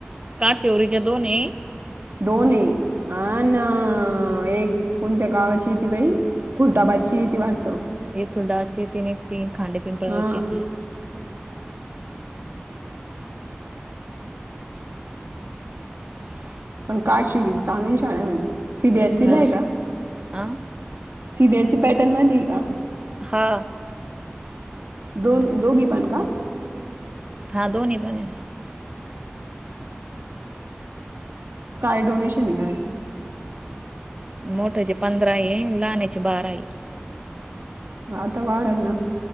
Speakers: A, on the right; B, on the right.
A: काठशिवरीच्या दोन आहे.
B: दोन आहे हा ना एक कोणत्या गावाची येती बाई खुलताबादची ती वाट त
A: एक कुलदाची तीन एक ती खांडे पिंपळगावची
B: हा
A: ती <unintelligible>
B: पण काठशिवरीची चांगली शाळा आहे म्हणे सीबीएससी
A: हा
B: ला आहे का?
A: आ
B: सीबीएससी पॅटर्नमध्ये नाही का
A: हा
B: दोन दोघी पण का
A: हा दोन्ही पण आहे
B: काय डोनेशन आहे नवीन
A: मोठ्याचे पंधरा आहे लहान्याचे बारा आहे
B: आता वाढलं ना